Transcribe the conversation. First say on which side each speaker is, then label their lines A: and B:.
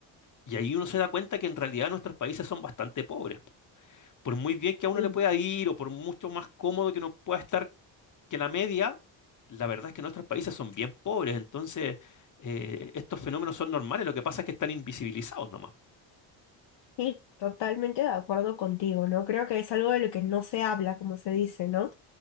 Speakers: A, on the left; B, on the left.
A: y ahí uno se da cuenta que en realidad nuestros países son bastante pobres. por muy bien que a uno
B: Sí,
A: le pueda ir o por mucho más cómodo que uno pueda estar que la media, la verdad es que nuestros países son bien pobres, entonces eh, estos fenómenos son normales, lo que pasa es que están invisibilizados nomás.
B: sí, totalmente de acuerdo contigo, ¿no? Creo que es algo de lo que no se habla, como se dice, ¿no?